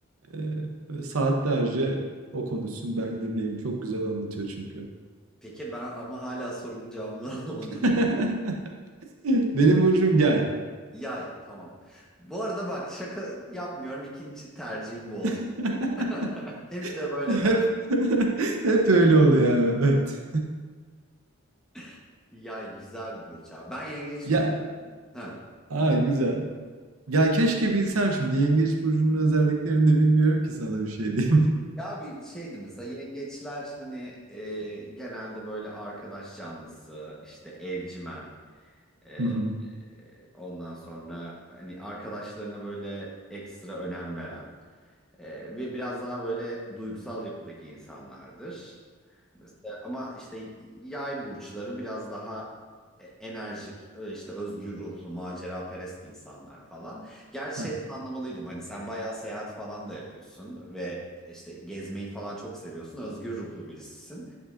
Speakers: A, on the right; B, in the centre.
A: Ee, saatlerce o konuşsun ben dinleyeyim. Çok güzel anlatıyor çünkü.
B: Peki ben ama hala sorumun cevabını <laughs> alamadım.
A: <laughs> Benim burcum yay.
B: Yay tamam. Bu arada bak şaka yapmıyorum. İkinci tercihim bu olacak.
A: <laughs>
B: <laughs> Hep de böyle
A: Hep
B: derler.
A: <laughs> hep öyle oluyor. yani. Evet.
B: <laughs> Yay güzel bir burç abi. Ben yengeç
A: Ya
B: burcu. Ha.
A: aa güzel. Ya keşke bilsem şimdi yengeç burcunun özelliklerini de bilmiyorum ki sana bir şey diyeyim.
B: Ya bir şeydi mesela yengeçler hani e, genelde böyle arkadaş canlısı işte evcimen e, e,
A: <laughs> Hı hı.
B: ondan sonra hani arkadaşlarına böyle ekstra önem veren e, ve biraz daha böyle duygusal yapıdaki insanlardır. Ama işte yay burçları biraz daha e, enerjik, e, işte özgür ruhlu, maceraperest insanlar falan. Gerçi
A: Hı
B: şeyden anlamalıydım hani sen bayağı seyahat falan da yapıyorsun ve e, işte gezmeyi falan çok seviyorsun. Özgür ruhlu birisisin.